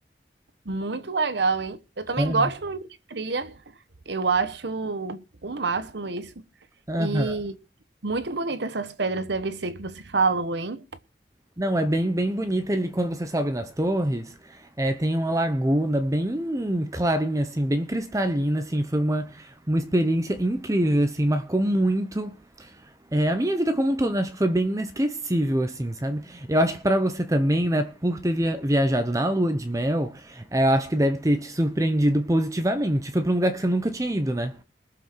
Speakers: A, on the right; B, on the right.
A: muito legal, hein? Eu também
B: Ah,
A: gosto muito de trilha. Eu acho o máximo isso.
B: Aham.
A: E muito bonita essas pedras deve ser que você falou, hein?
B: Não, é bem, bem bonita ali. Quando você sobe nas torres, é, tem uma laguna bem clarinha, assim, bem cristalina, assim. Foi uma, uma experiência incrível, assim. Marcou muito. É, a minha vida como um todo, né? acho que foi bem inesquecível, assim, sabe? Eu acho que pra você também, né, por ter via- viajado na lua de mel, é, eu acho que deve ter te surpreendido positivamente. Foi pra um lugar que você nunca tinha ido, né?